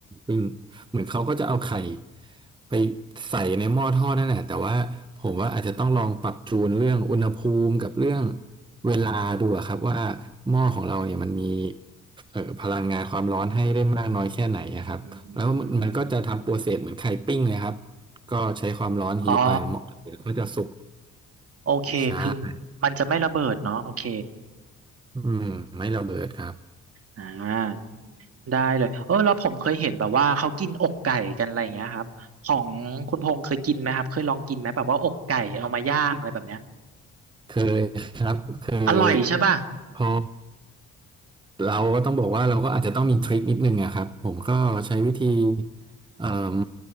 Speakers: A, on the right; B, on the right.
A: ปิ้งเหมือนเขาก็จะเอาไข่ไปใส่ในหม้อทอดนั่นแหละ แต่ว่าผมว่าอาจจะต้องลองปรับจูนเรื่องอุณหภูมิกับเรื่องเวลาดูอะครับว่าหม้อของเราเนี่ยมันมีเอ่อพลังงานความร้อนให้ได้มากน้อยแค่ไหนอะครับแล้วมันก็จะทำโปรเซสเหมือนไข่ปิ้งเลยครับ
B: อืม
A: ก็ใช้ความร้อนฮีทไปเหมดหรือก็จะสุก
B: อ๋อโอเคคือ
A: ช้า
B: มันจะไม่ระเบิดเนาะโอเค
A: อืมไม่ระเบิดครับ
B: อ่าได้เลยเออแล้วผมเคยเห็นแบบว่าเขากินอกไก่กันอะไรอย่างเงี้ยครับของคุณพงษ์เคยกินไหมครับเคยลองกินไหมแบบว่าอกไก่เอามาย่างอะไรแบบเนี้ย
A: เคยครับเคย
B: อร่อยใช่ป่ะ
A: พอ เราก็ต้องบอกว่าเราก็อาจจะต้องมีทริคนิดนึงอะครับผมก็ใช้วิธีเอ่อ